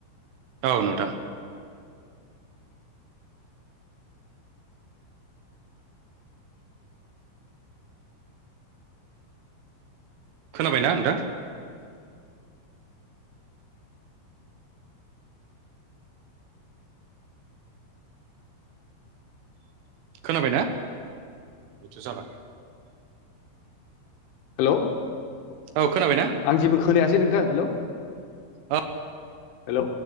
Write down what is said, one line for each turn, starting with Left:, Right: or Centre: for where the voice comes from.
Right: औ नोंथां। खोनाबायना नोंथां? खोनाबायना बेथ' जाला।
Left: हेलौ
Right: औ खोनाबायना
Left: आं जेबो खोनायासै नोंथां हेल'।
Right: औ
Left: हेल'।